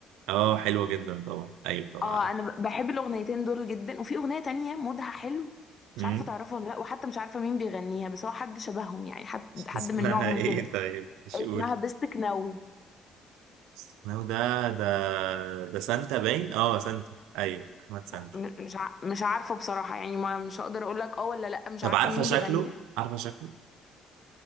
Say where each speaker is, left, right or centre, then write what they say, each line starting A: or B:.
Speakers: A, on the right; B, on the left.
A: أه حلوة جدا طبعا أيوة طبعا
B: اه
A: عارف
B: انا ب- بحب الاغنيتين دول جدا وفي اغنيه تانية مودها حلو
A: امم
B: مش عارفه تعرفها ولا لا وحتى مش عارفه مين بيغنيها بس هو حد شبههم يعني حد
A: <laughs>
B: حد
A: اسمها
B: من نوعهم
A: إيه
B: كده
A: طيب مش
B: اسمها
A: قول
B: بستك نو
A: اسمه ده ده ده سانتا باين أه سانتا أيوه أحمد سانتا
B: م- مش ع- مش عارفه بصراحه يعني ما مش هقدر اقول لك اه ولا لا مش
A: طب
B: عارفه
A: عارفة
B: مين
A: شكله
B: بيغنيها
A: عارفة شكله